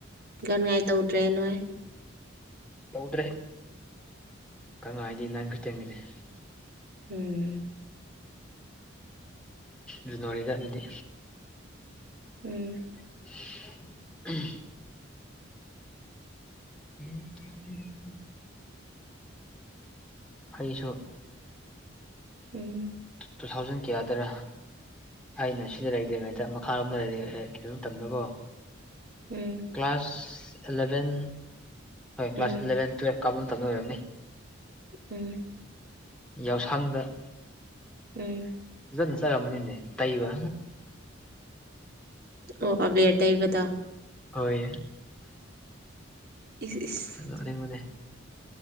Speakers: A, on the right; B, in the centre.
A: ꯒꯥꯟꯉꯥꯏ ꯇꯧꯗ꯭ꯔꯦ ꯅꯣꯏ
B: ꯇꯧꯗ꯭ꯔꯦ ꯒꯥꯟꯉꯥꯢꯗꯤ ꯅꯪ <unintelligible>
A: ꯎꯝ
B: ꯖꯥꯅꯋꯥꯔꯤꯗ ꯑꯗꯨꯗꯤ
A: ꯎꯝ
B: <unintelligible> <unintelligible> ꯍꯩꯁꯨ
A: ꯎꯝ
B: ꯇꯨ ꯊꯥꯎꯖꯟ ꯀꯌꯥꯗꯔꯥ ꯑꯩꯅ ꯁꯤꯗ ꯂꯩꯗ꯭ꯔꯤꯉꯩꯗ ꯃꯈꯥꯔꯣꯝꯗ ꯂꯩ ꯃꯇꯝꯗꯀꯣ
A: ꯎꯝ
B: ꯀ꯭ꯂꯥꯁ ꯑꯦꯂꯚꯦꯟ ꯍꯣꯏ ꯀ꯭ꯂꯥꯁ
A: ꯎꯝ
B: ꯑꯦꯂꯚꯦꯟ ꯇꯨꯌꯦꯜꯞ ꯀꯥꯕ ꯃꯇꯝꯗ ꯑꯣꯏꯔꯝꯅꯤ
A: ꯎꯝ
B: ꯌꯥꯎꯁꯪꯗ
A: ꯎꯝ
B: ꯐꯖꯅ ꯆꯠꯅꯔꯝꯅꯤꯅꯦ ꯇꯩꯕ
A: ꯑꯣ ꯑꯕꯦꯔ ꯇꯩꯕꯗꯣ
B: ꯍꯣꯏ
A: ꯏꯁ ꯏꯁ
B: ꯅꯣꯛꯅꯤꯡꯕꯅꯦ